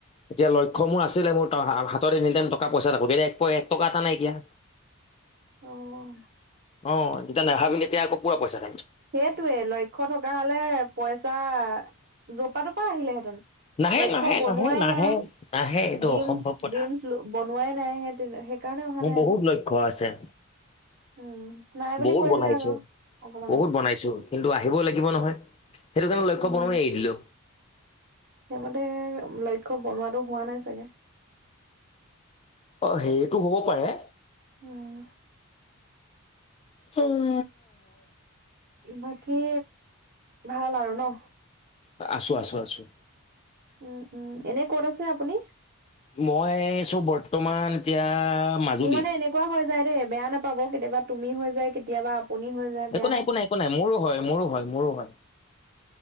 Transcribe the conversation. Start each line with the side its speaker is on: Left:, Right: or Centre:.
Left: এতিয়া লক্ষ্য মোৰ আছিলে মোৰ হাতত এনি টাইম টকা পইচা থাকে এক টকা এটা নাইকিয়া।
Right: <inaudible> অ',
Left: অ যেতিয়া নাভাবিলে এতিয়া আকৌ পুৰা পইচা থাকে।
Right: সেইটোৱে লক্ষ্য থকা হলে পইচা যপা তপা আহিলেহেঁতেন।
Left: নাহে
Right: লক্ষ্য
Left: নাহে
Right: বনোৱাই
Left: নাহে নাহে
Right: নাই
Left: নাহে এইটো
Right: ড্ৰিম
Left: অসম্ভৱ কথা
Right: ড্ৰিমচ বনোৱাই নাই সেইটোৱেটো সেইকাৰণে সেই অহা
Left: মোৰ
Right: নাই
Left: বহুত
Right: আকৌ
Left: লক্ষ্য আছে।
Right: উম নাই বুলি
Left: বহুত
Right: কৈ
Left: বনাইছো
Right: দিলে আকৌ। অকমান
Left: বহুত
Right: আগত
Left: বনাইছো কিন্তু আহিবও লাগিব নহয় সেইটো কাৰণে লক্ষ্য
Right: উম,
Left: বনোবাও এৰি দিলো।
Right: সেইমতে লক্ষ্য বনোৱাটো হোৱা নাই চাগে।
Left: অ সেইটো হ'ব পাৰে।
Right: উম,
Left: হম,
Right: বাকী ভাল আৰু ন?
Left: আছোঁ আছোঁ আছোঁ,
Right: উম উম, এনে ক'ত আছে আপুনি?
Left: মই আছোঁ বৰ্তমান এতিয়া মাজুলী
Right: মোৰ মানে এনেকুৱা হৈ যায় দেই বেয়া নাপাব কেতিয়াবা তুমি হৈ যায় কেতিয়াবা আপুনি হৈ যায়। বেয়া
Left: একো নাই একো নাই একো নাই মোৰো হয় মোৰো হয় মোৰো হয়।